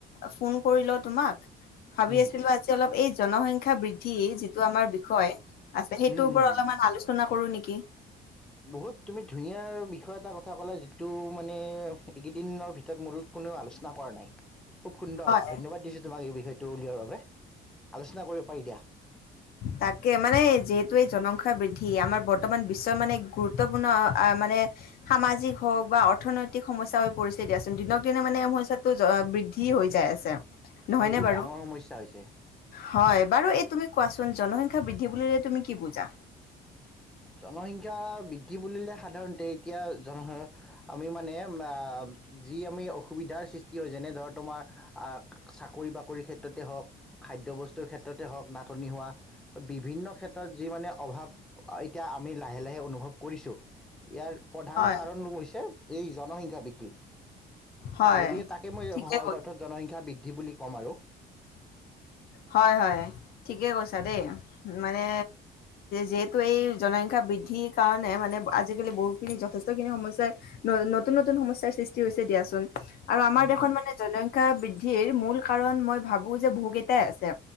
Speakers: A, on the left; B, in the centre.
A: ফোন কৰি লওঁ তোমাক ভাবি
B: উম
A: আছিলো আজি অলপ এই জনসংখ্য। শিক্ষা বৃদ্ধি যিটো আমাৰ বিষয় আছে সেইটোৰ
B: উম
A: ওপৰত
B: উম
A: অলপমান আলোচনা কৰো নেকি।
B: বহুত তুমি ধুনীয়া বিষয় এটা কথা ক'লা যিটো মানে এইকেইদিনৰ ভিতৰত মূল। কোনেও আলোচনা কৰা নাই। খুব সুন্দৰ
A: হয়।
B: ধন্যবাদ দিছো তোমাক এই বিষয়টো উলিওৱাৰ বাবে আলোচনা কৰিব পাৰি দিয়া। <inaudible>
A: তাকে মানে যিহেতু এই জনসংখ্যা বৃদ্ধি আমাৰ বৰ্তমান বিশ্বৰ মানে গুৰুত্বপূৰ্ণ মানে। সামাজিক হওক বা অৰ্থনৈতিক সমস্যা হৈ পৰিছে দিয়াচোন দিনক দিনে মানে এই সমস্যাটো বৃদ্ধি। হৈ যায় আছে নহয়নে
B: বহুত
A: বাৰু
B: ডাঙৰ সমস্যা হৈছে
A: হয় বাৰু এই তুমি। চোন জনসংখ্যা বৃদ্ধি বুলিলে তুমি কি বুজা।
B: জনসংখ্যা বৃদ্ধি বুলিলে সাধাৰণতে এতিয়া জন আমি মানে আ। যি আমি অসুবিধাৰ সৃষ্টি হয় যেনে ধৰ তোমাৰ আহ চাকৰি বাকৰিৰ ক্ষেত্ৰতে হওঁক। খাদ্যবস্তুৰ ক্ষেত্ৰতে হওক নাাটনি হোৱা বিভিন্ন ক্ষেত্ৰত যি মানে অভাৱ। এতিয়া আমি লাহে লাহে অনুভৱ কৰিছোঁ ইয়াৰ প্ৰধান
A: হয়
B: কাৰণ হৈছে। এই জনসংখ্যা বৃদ্ধি
A: হয়
B: গতিকে তাকে মই
A: ঠিকে
B: সহজ
A: ক
B: অৰ্থাৎ জনসংখ্যা বৃদ্ধি। কি বুলি ক'ম আৰু
A: হয় হয় ঠিকে কৈছা দেই মানে যিহেতু এই জনসংখ্যা। বৃদ্ধিৰ কাৰণে মানে আজিকালি বহুখিনি যথেষ্ট খিনি সমস্যাৰ নতুন নতুন সমস্যাৰ সৃষ্টি হৈছে। দিয়াচোন। আৰু আমাৰ
B: উম
A: দেশত
B: উম
A: মানে জনসংখ্যা বৃদ্ধিৰ মূল কাৰণ মই ভাবো যে বহু কেইটাই আছে।